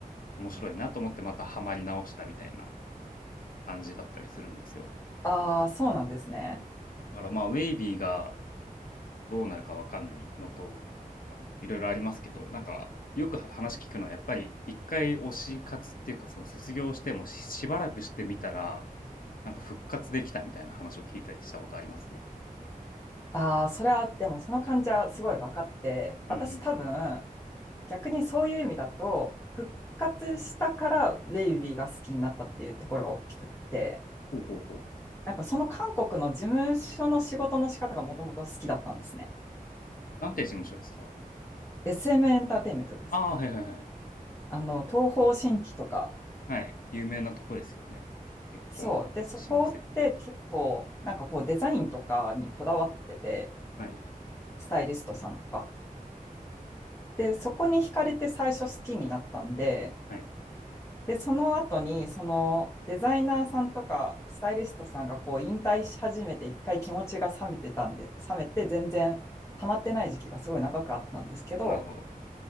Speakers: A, on the left; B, on the left.
A: 面白いなと思ってまたハマり直したみたいな感じだったりするんですよ。
B: ああ、そうなんですね。
A: だからまあ、ウェイビーがどうなるかわかんないのと、あの、いろいろありますけど、なんか、よく話聞くのは、やっぱり一回推し活っていうか、その卒業してもし、しばらくしてみたら、なんか復活できたみたいな話を聞いたりしたことありますね。
B: ああ、それは、でもその感じはすごいわかって、私多分、
A: うんうん。
B: 逆にそういう意味だと、復活したからウェイビーが好きになったっていうところが大きくって、
A: ほうほうほう。
B: なんかその韓国の事務所の仕事の仕方がもともと好きだったんですね。
A: なんて事務所ですか
B: SM エムエンターテインメントです。
A: ああー、はいはいはい。
B: あの、東方神起とか、
A: はい。有名なとこですよね。結構、
B: そう。
A: 老舗っていうか。
B: で、そこって結構、なんかこうデザインとかにこだわってて、
A: はい。
B: スタイリストさんとか。で、そこに惹かれて最初好きになったんで、
A: はい。
B: で、その後に、そのデザイナーさんとか、スタイリストさんがこう引退し始めて、一回気持ちが冷めてたんで、冷めて全然ハマってない時期がすごい長くあったんですけど、
A: なるほど。